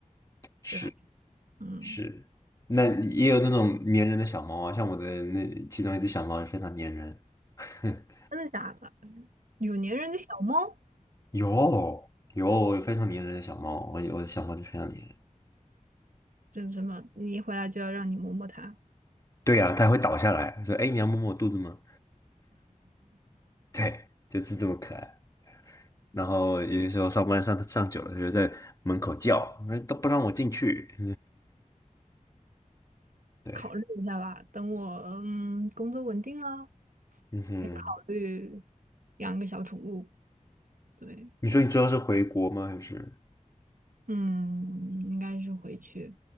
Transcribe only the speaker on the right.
对吧？嗯，
真的假的？有粘人的小猫。
真什么？你一回来就要让你摸摸它，
考虑一下吧。等我嗯工作稳定了，
可以考虑养一个小宠物。对，
嗯，应该是回去。